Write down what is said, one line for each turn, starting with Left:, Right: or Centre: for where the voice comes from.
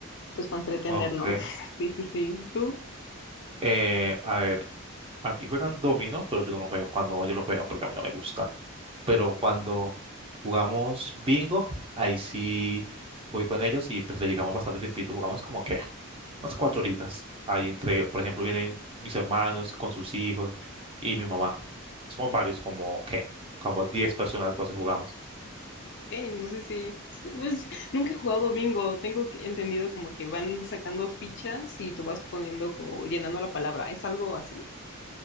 Left: pues para entretenernos.
Right: Ok.
Left: <laughs> Sí, sí, sí. ¿Tú?
Right: Eh, a ver, aquí juegan dominó, pero yo no lo juego cuando yo lo juego porque a mí no me gusta. pero cuando jugamos bingo, ahí sí voy con ellos y pues le llegamos bastante tiempito, jugamos como que unas cuatro horitas. Ahí entre, por ejemplo, vienen mis hermanos con sus hijos y mi mamá. Somos varios, como que, como 10 personas, 12 jugamos.
Left: Eh, no sé si, pues nunca he jugado bingo, tengo que- entendido como que van sacando fichas y tú vas poniendo como llenando la palabra, ¿es algo así?